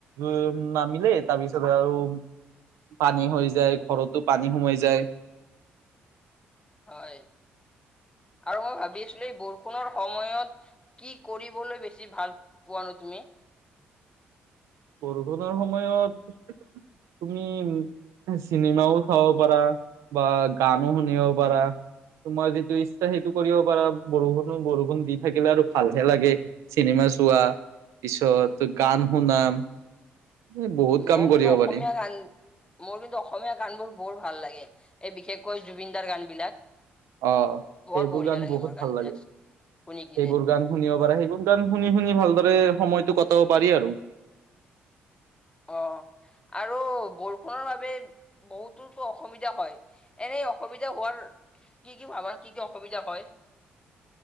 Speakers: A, on the right (about 75°); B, on the left (about 20°).
A: উম, নামিলে তাৰপিছত আৰু পানী হৈ যায়, ঘৰতো পানী সোমাই যায়।
B: হয়, আৰু মই ভাবি আছিলোঁ এই বৰষুণৰ সময়ত কি কৰিবলৈ বেছি ভাল পোৱানো তুমি?
A: বৰষুণৰ সময়ত তুমি চিনেমাও চাব পাৰা, বা গানো শুনিব পাৰা। তোমাৰ যিটো ইচ্ছা সেইটো কৰিব পাৰা বৰষুণো বৰষুণ দি থাকিলে আৰু ভালহে লাগে। চিনেমা চোৱা পিছত গান শুনাম। এই বহুত কাম
B: মই কিন্তু
A: কৰিব
B: অসমীয়া
A: পাৰি
B: গান মোৰ কিন্তু অসমীয়া গানবোৰ বৰ ভাল লাগে। এই বিশেষকৈ জুবিনদাৰ গান বিলাক।
A: অ
B: বৰ
A: সেইবোৰ
B: বঢ়িয়া
A: গান
B: লাগে
A: বহুত
B: মোৰ গান
A: ভাল লাগে।
B: বিলাক শুনি কিনে
A: সেইবোৰ গান শুনিব পাৰে। সেইবোৰ গান গান শুনি শুনি ভালদৰে সময়তটো কটাব পাৰি আৰু।
B: অ আৰু বৰষুণৰ বাবে বহুতোতো অসুবিধা হয়। এনেই অসুবিধা হোৱাৰ কি কি ভাবা? কি কি অসুবিধা হয়।